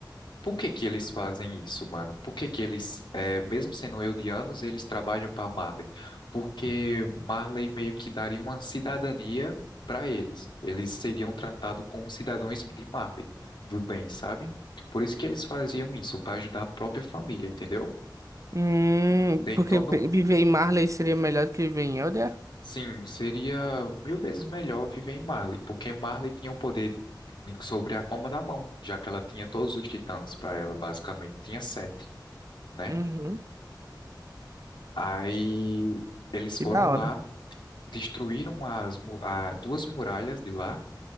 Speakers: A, on the left; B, on the right.
A: Por que que eles fazem isso, mano? Por que que eles, é, mesmo sendo eldianos, eles trabalham para Marley? Porque Marley meio que daria uma cidadania para eles. Eles seriam tratados como cidadãos de Marley, do bem, sabe? Por isso que eles faziam isso, para ajudar a própria família, entendeu?
B: Hum,
A: Tem
B: porque
A: todo.
B: pe- viver em Marley seria melhor do que viver em Elder?
A: Sim, seria mil vezes melhor viver em Marley, porque Marley tinha o poder sobre a palma da mão, já que ela tinha todos os titãs para ela, basicamente. Tinha sete, né?
B: Uhum.
A: Aí eles
B: Que
A: foram
B: da hora.
A: lá, destruíram as mu- a- duas muralhas de lá